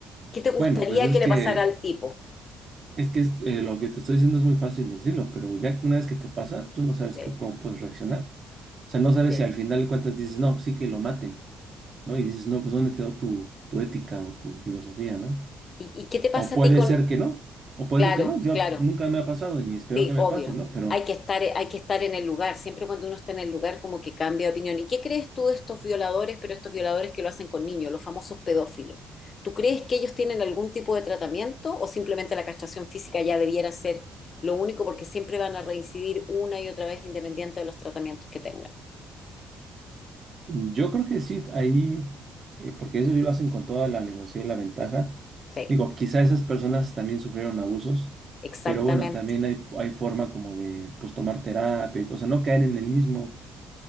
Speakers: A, on the left; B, on the right.
A: ¿Qué te gustaría
B: Bueno, pues es
A: que
B: que
A: le pasara al tipo?
B: Es que es, eh, lo que te estoy diciendo es muy fácil decirlo, pero ya una vez que te pasa, tú no sabes
A: Sí,
B: qué- cómo puedes reaccionar. O sea, no sabes
A: sí.
B: si al final de cuentas dices, no, sí que lo maten, ¿no? Y dices, no, pues ¿dónde quedó tu, tu ética o tu filosofía, ¿no?
A: ¿Y, y qué te pasa
B: O puede
A: a ti con...?
B: ser que no, o puede
A: Claro,
B: ser que no. Yo
A: claro,
B: nunca me ha pasado y ni espero
A: sí,
B: que me
A: obvio.
B: pase, ¿no? Pero
A: Hay que estar, hay que estar en el lugar. Siempre cuando uno está en el lugar como que cambia de opinión. ¿Y qué crees tú de estos violadores, pero estos violadores que lo hacen con niños, los famosos pedófilos? ¿Tú crees que ellos tienen algún tipo de tratamiento o simplemente la castración física ya debiera ser lo único porque siempre van a reincidir una y otra vez independiente de los tratamientos que tengan?
B: Yo creo que sí, ahí, eh, porque eso sí lo hacen con toda la alevosía y la ventaja.
A: Sí,
B: Digo, quizá esas personas también sufrieron abusos,
A: exactamente.
B: pero bueno, también hay, hay forma como de, pues, tomar terapia, y todo, o sea, no caer en el mismo,